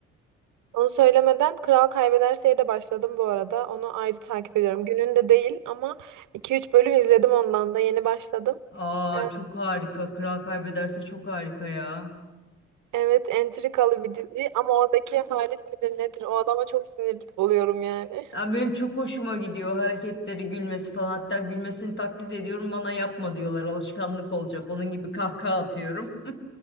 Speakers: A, on the right (about 60°); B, on the left (about 35°).
A: Onu söylemeden Kral Kaybederse'ye de başladım bu arada. Onu ayrı takip ediyorum. Gününde değil ama iki üç bölüm izledim ondan da. Yeni başladım.
B: Aa
A: Ee,
B: çok harika. Kral Kaybederse çok harika ya.
A: Evet, entrikalı bir dizi ama oradaki Halit midir nedir? O adama çok sinir oluyorum yani.
B: Ya
A: <laughs>
B: benim çok hoşuma gidiyor hareketleri, gülmesi falan. Hatta gülmesini taklit ediyorum. Bana yapma diyorlar. Alışkanlık olacak. Onun gibi kahkaha atıyorum.